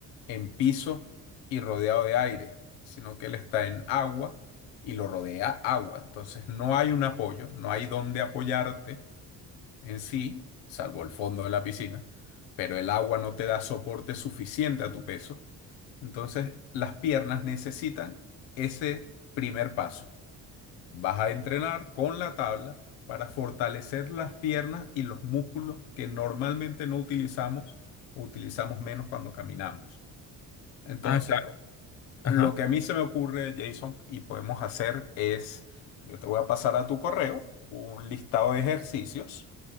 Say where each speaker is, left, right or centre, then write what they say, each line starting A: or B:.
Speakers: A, on the left; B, on the left.
A: en piso y rodeado de aire, sino que él está en agua y lo rodea agua. Entonces no hay un apoyo, no hay dónde apoyarte en sí, salvo el fondo de la piscina, pero el agua no te da soporte suficiente a tu peso. Entonces las piernas necesitan ese primer paso. Vas a entrenar con la tabla para fortalecer las piernas y los músculos que normalmente no utilizamos o utilizamos menos cuando caminamos. Entonces,
B: Ah, claro. Ajá.
A: lo que a mí se me ocurre, Jason, y podemos hacer es, yo te voy a pasar a tu correo un listado de ejercicios,